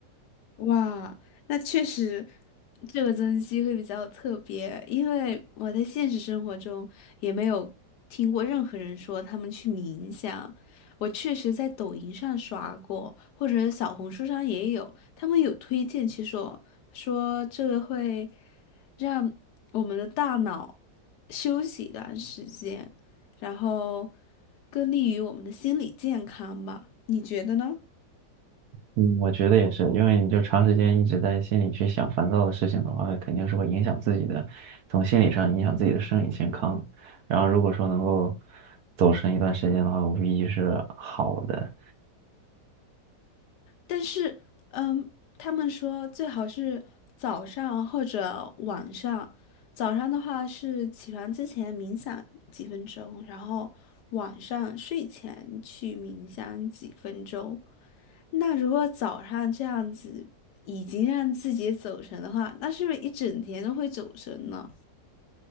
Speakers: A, on the left; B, on the right.
A: 哇，那确实，这个增肌会比较特别，因为我在现实生活中也没有听过任何人说他们去冥想。我确实在抖音上刷过，或者小红书上也有，他们有推荐去说说这个会让我们的大脑休息一段时间，然后更利于我们的心理健康吧？你觉得呢？
B: 嗯，我觉得也是，因为你就长时间一直在心里去想烦躁的事情的话，肯定是会影响自己的，从心理上影响自己的生理健康。然后如果说能够走神一段时间的话，无疑是好的。
A: 但是，嗯，他们说最好是早上或者晚上。早上的话是起床之前冥想几分钟，然后晚上睡前去冥想几分钟。那如果早上这样子已经让自己走神的话，那是不是一整天都会走神呢？